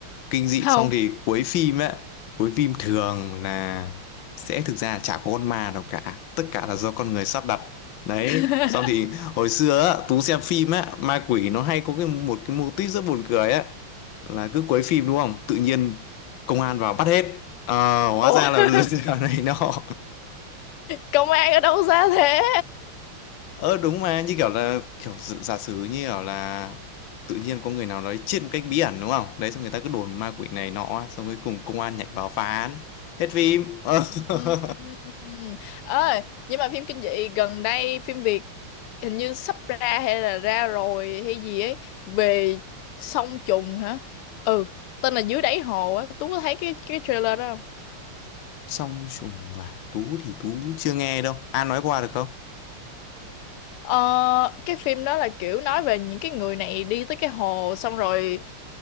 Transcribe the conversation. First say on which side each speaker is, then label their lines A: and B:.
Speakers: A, on the left (about 65°); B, on the left (about 90°).
A: Kinh dị
B: không
A: xong thì cuối phim ấy, cuối phim thường là sẽ thực ra là chả có con ma nào cả, tất cả là do con người sắp đặt. Đấy,
B: <laughs>
A: xong thì hồi xưa á, Tú xem phim á, ma quỷ nó hay có cái một cái mô típ rất buồn cười á, là cứ cuối phim đúng không? Tự nhiên công an vào bắt hết. Ờ, hóa
B: ủa
A: ra là <laughs> lừa đảo này nọ
B: công an ở đâu ra thế
A: Ờ đúng mà như kiểu là kiểu dự- giả sử như kiểu là tự nhiên có người nào đấy chết một cách bí ẩn đúng không? Đấy xong người ta cứ đồn ma quỷ này nọ xong cuối cùng công an nhảy vào phá án. Hết phim. Ờ.
B: ừ.
A: <laughs>
B: ừ, ừ, ừ. ơi nhưng mà phim kinh dị gần đây phim Việt hình như sắp ra hay là ra rồi hay gì ấy về song trùng hả ừ tên là dưới đáy hồ á Tú có thấy cái cái trailer đó không
A: Song trùng và Tú thì Tú chưa nghe đâu. An nói qua được không?
B: ờ cái phim đó là kiểu nói về những cái người này đi tới cái hồ xong rồi